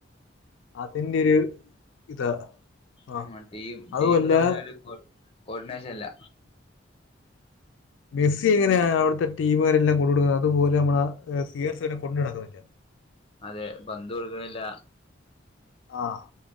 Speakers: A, on the left; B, on the left.
A: അതിന്റെ ഒരു ഇതാ ആ
B: ഉം ടീം
A: അതുമല്ല
B: ടീം തമ്മിലൊരു കോർഡിനേഷൻ ഇല്ല
A: മെസ്സി എങ്ങനെ അവിടുത്തെ ടീമുകാരെല്ലാം കൊണ്ട് നടക്കുന്നത് അതുപോലെ നമ്മള് സി ആർ സെവനെ കൊണ്ടു നടക്കുന്നില്ല
B: അതെ പന്ത് കൊടുക്കണില്ല
A: ആഹ്